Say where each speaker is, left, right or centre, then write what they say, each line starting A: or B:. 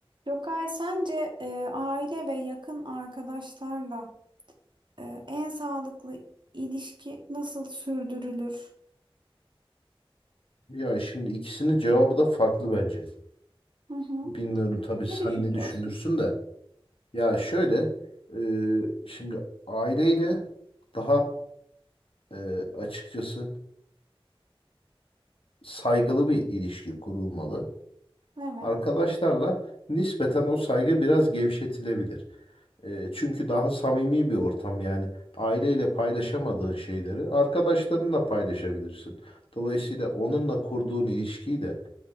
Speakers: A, on the right; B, on the left.
A: Gökay, sence e, aile ve yakın arkadaşlarla e, en sağlıklı ilişki nasıl sürdürülür?
B: Ya şimdi ikisinin cevabı da farklı bence.
A: Hı hı.
B: Bilmiyorum tabii
A: Ne
B: sen
A: düşünüyorsun?
B: ne düşünürsün de. Ya şöyle, e, şimdi aileyle daha e, açıkçası saygılı bir ilişki kurulmalı.
A: Evet.
B: Arkadaşlarla nispeten o saygı biraz gevşetilebilir. E, çünkü daha samimi bir ortam yani. Aileyle paylaşamadığın şeyleri arkadaşlarınla paylaşabilirsin. Dolayısıyla onunla kurduğun ilişkiyi de